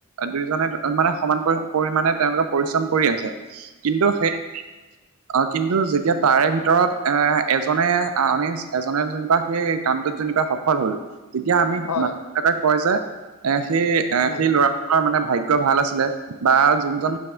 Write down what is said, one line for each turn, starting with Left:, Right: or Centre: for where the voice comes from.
Right: দুইজনে মানে সমান পৰিমণে তেওঁলোকে পৰিশ্ৰম কৰি আছে কিন্তু সেই
Left: অ
Right: অ কিন্তু যেতিয়া তাৰে ভিতৰত এ এজনে আমি এজনে যেনিবা সেই কামটোত যেনিবা সফল হ'ল তেতিয়া আমি
Left: হয়
Right: মা-দেউতা কয় যে এ সেই এ
Left: উম
Right: সেই ল'ৰা মানে ভাগ্য ভাল আছিলে বা যোনজন